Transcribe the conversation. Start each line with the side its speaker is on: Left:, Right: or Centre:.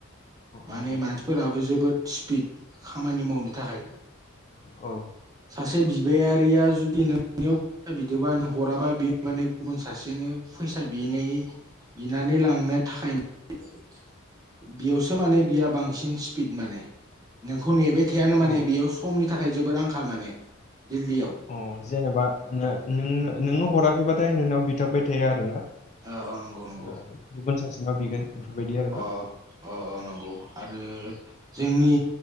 Right: माने
Left: अ
Right: मानसिफोराबो जोबोद स्पिड खामानि मावनो थाखाय
Left: अ औ
Right: सासे बिबायारिया जुदि नोंनियाव फैसा बिदोबा नों हराबा बि माने गुबुन सासेनो फैसा बिनाय बिनानै लांनो थाखाय <unintelligible> बेयाव माने बिहा बांसिन स्पिट माने। नोंखौ नेबाय थाया माने
Left: औ
Right: बेयाव हमनि थाखाय जोबोद आंखाल माने दिल्लीयाव।
Left: अ, जेनोबा नो नोंनो हराखैबाथाय नोंनाव बिथाबबाय थायो आरो ना?
Right: अ नंगौ नंगौ
Left: ओ गुबुन सासेनाव बिगोन? बेफोरबायदि आरोना
Right: अ अ अ नंगौ आरो जोंनि